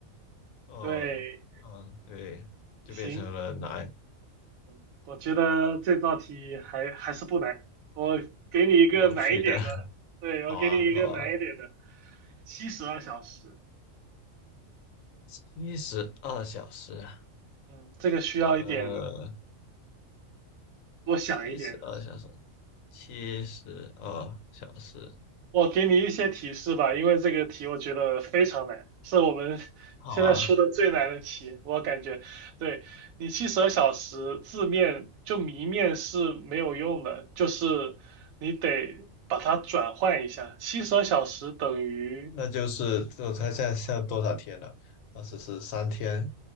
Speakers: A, on the left (about 80°); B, on the right (about 85°).
A: 呃，
B: 对，
A: 嗯，对，就变成了奶，
B: 行，嗯，我觉得这道题还还是不难，我给你一个难一点的，
A: 有趣的，<laughs>
B: 对，
A: 好啊，
B: 我给你一个难一点的，
A: 好啊，
B: 七十二小时，
A: 七十二小时。
B: 嗯，这个需要一点
A: 呃，
B: 多想一点。
A: 七十二小时，七十二小时，
B: 我给你一些提示吧，因为这个题我觉得非常难，是我们 <laughs>
A: 好啊，
B: 现在出的最难的题，我感觉。对，你七十二小时字面就谜面是没有用的，就是你得把它转换一下。七十二小时等于
A: 那就是我猜现在现在多少天了？二十四三天，